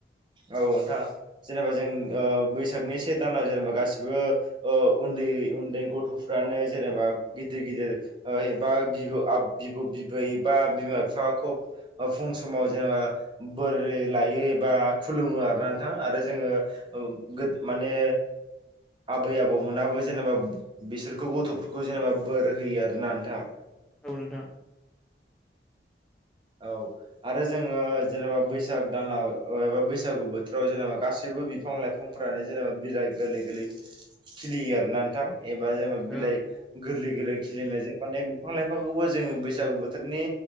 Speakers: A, on the right (about 25°); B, in the centre.
A: औ नोंथां जेनेबा जों ओ बैसागनि से दानाव जेनेबा गासिबो ओ उन्दै उन्दै गथ'फ्रानो जेनेबा गिदिर गिदिर ओ एबा बिब-बिब बैबा बिमा बिफाखौ ओ फं समाव जोङो बोरै लायो एबा खुलुमो आरोना नोंथां आरो जोङो ओ माने आबै आबौ मोनाबो जेनेबा बिसोरखौ गथ'फोरखौ जेनेबा बोर होयो आरोना नोंथां
B: औ नोंथां
A: औ आरो जोङो जेनेबा बैसाग दानाव एबा बैसागु बोथोराव जेनेबा गासैबो बिफां लाइफांफोर रानो जेनेबा बिलाइ गोरलै गोरलै खिलियो आरोना नोंथां एबा जेनेबा बिलाइ
B: औ
A: गोरलै गोरलै खिलिनायजों माने बिफां लाइफांखौबो जोङो बैसागु बोथोरनि